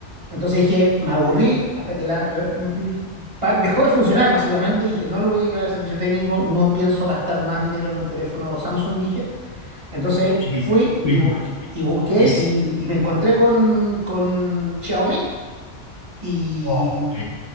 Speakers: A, on the right; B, on the left.
A: Entonces dije, me aburrí hasta que la, la- pa- dejó de funcionar, básicamente. Dije, no lo voy a llevar al servicio técnico, no pienso gastar más dinero en un teléfono Samsung, dije. Entonces
B: Ok,
A: fui
B: pero
A: y busqué y, busqué
B: es...
A: y, y me encontré con, con Xiaomi. Y,
B: Ok.